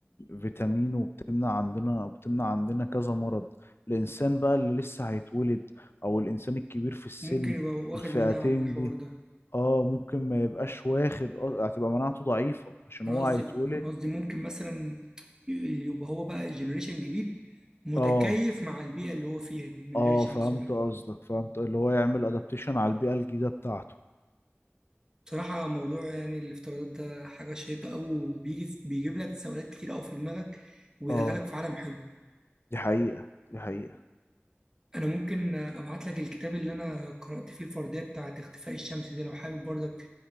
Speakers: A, on the left; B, on the right.
A: فيتامين وبتمنع عندنا وبتمنع عندنا كذا مرض الإنسان بقى اللي لسه هيتولد أو الإنسان الكبير في السن
B: ممكن يبقى واخد
A: الفئتين
B: مناعة من الحوار
A: دي
B: ده
A: اه ممكن ما يبقاش واخد آه، هتبقى مناعته ضعيفة عشان
B: انا
A: هو
B: قصدي
A: هيتولد
B: انا قصدي ممكن مثلا ي- يبقى هو بقى جنريشن جديد متكيف
A: اه
B: مع البيئة اللي هو فيها دي من
A: اه
B: غير شمس
A: فهمت
B: ولا حاجة
A: قصدك فهمت اللي هو يعمل ادابتيشن على البيئة الجديدة بتاعته
B: بصراحة موضوع يعني الافتراضات ده حاجة شيقة أوي وبيجي بيجيب لك تساؤلات كتير أوي في دماغك وبيدخلك
A: اه
B: في عالم حلو
A: دي حقيقة دي حقيقة
B: أنا ممكن آه، أبعت لك الكتاب اللي أنا قرأت فيه الفردية بتاعة اختفاء الشمس ده لو حابب برضك